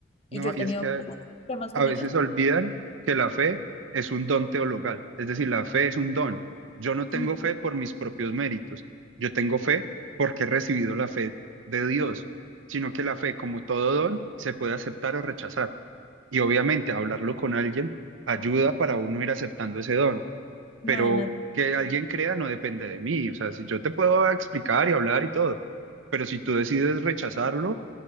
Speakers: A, on the left; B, on the right.
A: Y
B: No,
A: yo he
B: y
A: tenido
B: es que
A: muchos temas con
B: a veces
A: ellos, pero,
B: olvidan que la fe es un don teologal, es decir, la fe es un don. Yo no tengo
A: ujú,
B: fe por mis propios méritos, yo tengo fe porque he recibido la fe de Dios, sino que la fe, como todo don, se puede aceptar o rechazar. Y obviamente hablarlo con alguien ayuda para uno ir aceptando ese don,
A: imagínate,
B: pero que alguien crea no depende de mí, o sea, si yo te puedo explicar y hablar y todo, pero si tú decides rechazarlo,